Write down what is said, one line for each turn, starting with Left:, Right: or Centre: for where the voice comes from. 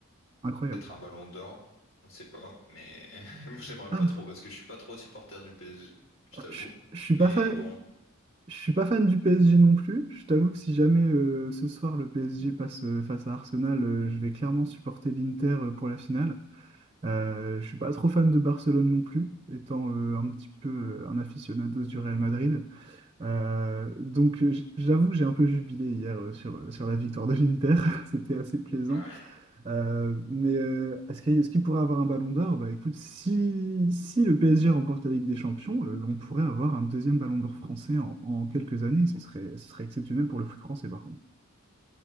Right: incroyable.
Left: Peut-être un ballon d'or, on ne sait pas, mais <laughs> moi j'aimerais
Right: Ah,
Left: pas trop parce que je suis pas trop supporter du PSG, je t'avoue.
Right: je, je suis
Left: Mais
Right: pas fan,
Left: bon,
Right: je suis pas fan du PSG non plus. Je t'avoue que si jamais euh, ce soir le PSG passe euh, face à Arsenal, euh, je vais clairement supporter l'Inter euh, pour la finale. Euh, je suis pas trop fan de Barcelone non plus, étant euh, un petit peu euh, un aficionados du Real Madrid. Euh, donc j'avoue que j'ai un peu jubilé hier euh, sur, euh, sur la victoire de l'Inter, <laughs> c'était assez plaisant.
Left: ouais.
Right: Euh, mais euh, est-ce qu'il est-ce qu'il pourrait avoir un ballon d'or? Bah écoute, si, si le PSG remporte la Ligue des Champions, euh, on pourrait avoir un deuxième ballon d'or français en, en quelques années, ce serait, ce serait exceptionnel pour le foot français par contre.